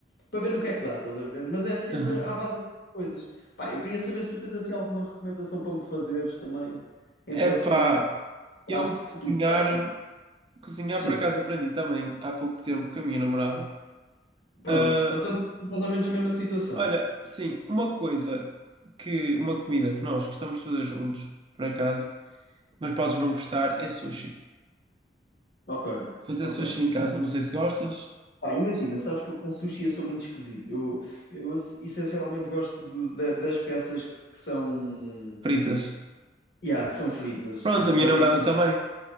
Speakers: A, on the left (about 70°); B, on the right (about 30°).
A: para ver no que é que dá, estás a ver? Mas é sempre
B: uhum.
A: à base dessas coisas. Pá, eu queria saber se tu tens assim alguma recomendação para me fazeres também em relação
B: Epá,
A: ao
B: eu
A: prato que
B: cozinhar,
A: tu gostes.
B: cozinhar
A: Sim,
B: por acaso aprendi também há pouco tempo com a minha namorada.
A: pronto.
B: Ah,
A: Então estamos mais ou menos na mesma situação.
B: olha, sim, uma coisa que, uma comida que nós gostamos de fazer juntos, por acaso, mas podes não gostar, é sushi.
A: Ok,
B: fazer
A: ok.
B: sushi em casa, não sei se gostas.
A: Pá, imagina, sabes que eu com sushi eu sou muito esquisito. Eu, eu ess- essencialmente gosto do- da- das peças que, que são,
B: Fritas.
A: yeah, que são fritas,
B: Pronto,
A: sim,
B: a minha
A: ou
B: namorada
A: assim,
B: também.